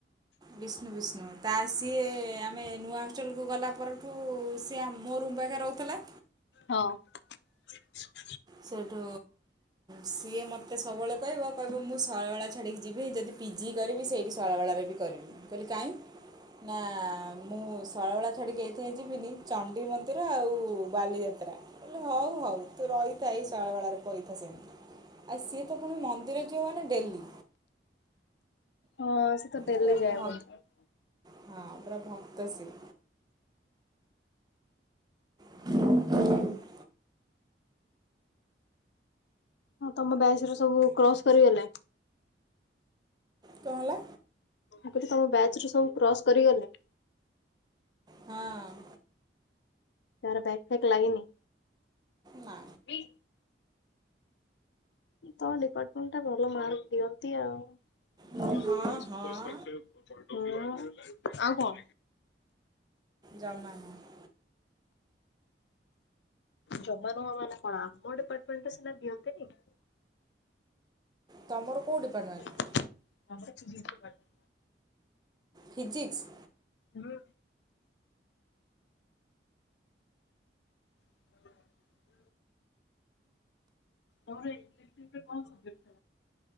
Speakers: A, on the right; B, on the left.
A: ବିଷ୍ଣୁ ବିଷ୍ଣୁ, ତା ଆ ସିଏ ଆମେ ନୂଆ ହଷ୍ଟେଲକୁ ଗଲା ପରେ ତୁ ସିଏ ମୋ ରୁମ୍ ପାଖରେ ରହୁଥିଲା।
B: ହଁ ଅଁ <inaudible>
A: ସେଠୁ ସିଏ ମତେ ସବୁବେଳେ କହିବ କହିବ ମୁଁ ଶୈଳବାଳା ଛାଡ଼ିକି ଯିବି, ଯଦି ପିଜି କରିବି ସେଇଠି ଶୈଳବାଳାରେ ବି କରିବି। ମୁଁ କହିଲି କାହିଁ? ନା ମୁଁ ଶୈଳବାଳା ଛାଡ଼ିିକି ଏଇଥି ପାଇଁ ଯିବିନି, ଚଣ୍ଡି ମନ୍ଦିର ଆଉ ବାଲିଯାତ୍ରା। ମୁଁ କହିଲି ହଉ ହଉ ତୁ ରହି ମୁଁ କହିଲି ଶୈଳବାଳା ରେ ପଇଥା ସେମିତି, ଆଉ ସିଏ ତ ପୁଣି ମନ୍ଦିର ଯିିବ ମାନେ ଡେଲି।
B: ହଁ ସେ ତ ଡେଲି
A: ପୁରା ଭକ୍
B: ଯାଏ ମନ୍ଦିର।
A: ହଁ ପୁରା ଭକ୍ତ ସେ। <unintelligible>
B: ହଁ ତମ ବ୍ୟାଚର ସବୁ କ୍ରସ କରିଗଲେ?
A: କଣ ହେଲା?
B: ମୁଁ କହୁଛି ତମ ବ୍ୟାଚ ରୁ ସବୁ କ୍ରସ୍ କରିଗଲେ?
A: ହଁ ଅଁ
B: ତାର ବ୍ୟାକ୍ ଫ୍ୟାକ୍ ଲାଗିନି।
A: ନା।
B: ବି ତମ ଡିପାର୍ଟମେଣ୍ଟ ଟା ଭଲ ମାର୍କ୍ ଦିଅନ୍ତି ଆଉ।
A: ହଁ
B: ହାଲୋ
A: ହଁ
B: ଆଉ କଁ।
A: ଜମା ନୁହଁ।
B: ଜମା ନୁହଁ ମାନେ କଣ ଆମ ଡିପାର୍ଟମେଣ୍ଟରେ ସିନା ଦିଅନ୍ତିନି।
A: ତମର କୋଉ ଡିପାର୍ଟମେଣ୍ଟ?
B: ଆମର ଫିଜିକ୍ସ୍ ଡିପାର୍ଟମେଣ୍ଟ।
A: ଫିଜିକ୍ସ୍।
B: ହୁଁ। <inaudible> ତମର ଇଲେକ୍ଟିଭ୍ ରେ କଣ ସବଜେକ୍ଟ?